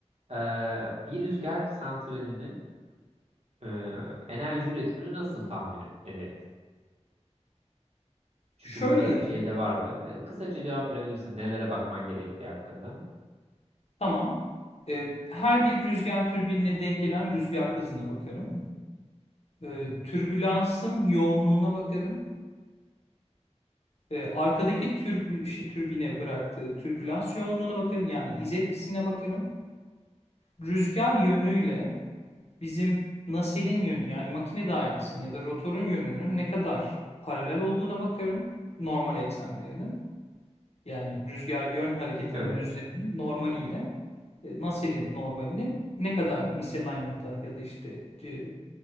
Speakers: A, on the right (about 60°); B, on the left (about 60°).
A: Ee, bir rüzgar santralinin e, enerji üretimini nasıl tahmin ederiz? Çünkü
B: Şöyle
A: bu da şeyde vardı. Yani kısaca cevap verebilirsin. Nelere bakman gerektiği hakkında.
B: Tamam. Ee, her bir rüzgar türbinine denk gelen rüzgar hızına bakarım. Ee, türbülansın yoğunluğuna bakarım. Ee, arkadaki türbü, şey, türbine bıraktığı türbülans yoğunluğuna bakarım. Yani iz etkisine bakarım. Rüzgar yönüyle bizim naselin yönü yani makine dairesinin ya da rotorun yönünün ne kadar paralel olduğuna bakarım. Normal eksenlerinin. Yani rüzgar yön hareketinin
A: Evet.
B: düzleminin normaliyle e, Nusselt'in normalinin ne kadar misalignment'a ya da işte e,